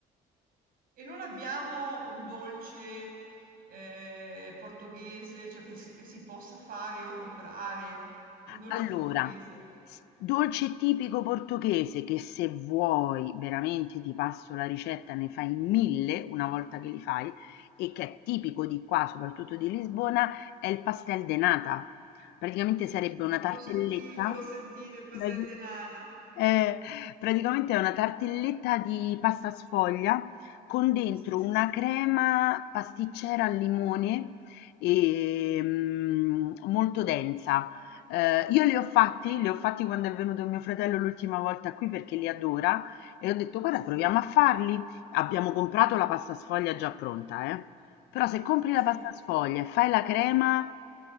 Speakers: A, on the right; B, on the left.
A: E non abbiamo un dolce, ehm, portoghese, cioè che si che si possa fare o comprare? Un dolce
B: Allora,
A: portoghese?
B: s dolce tipico portoghese che se vuoi veramente ti passo la ricetta, ne fai 1000 una volta che li fai e che è tipico di qua, soprattutto di Lisbona, è il pastel de nata. Praticamente
A: Sì,
B: sarebbe una tartelletta
A: l'ho sentito, l'ho sentito, il pastel
B: l'hai vi-
A: de nata.
B: eh, praticamente è una tartelletta di pasta sfoglia con dentro
A: Sì, sì,
B: una
A: sì,
B: crema pasticcera al limone e, mm, molto densa. Eh, io li ho fatti, li ho fatti quando è venuto mio fratello l'ultima volta qui perché li adora e ho detto guarda
A: sì,
B: proviamo a farli. Abbiamo comprato la pasta sfoglia già pronta, eh. Però se compri
A: sì.
B: la pasta sfoglia e fai la crema,